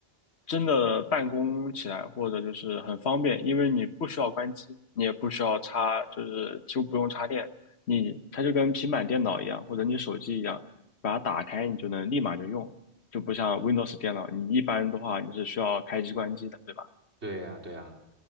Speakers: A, on the left; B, on the right.
A: 真的办公起来或者就是很方便，因为你不需要关机，你也不需要插，就是就不用插电，你它就跟平板电脑一样，或者你手机一样，把它打开你就能立马就用，就不像 Windows 电脑，你一般的话你是需要开机关机的，对吧？
B: 对呀，对呀。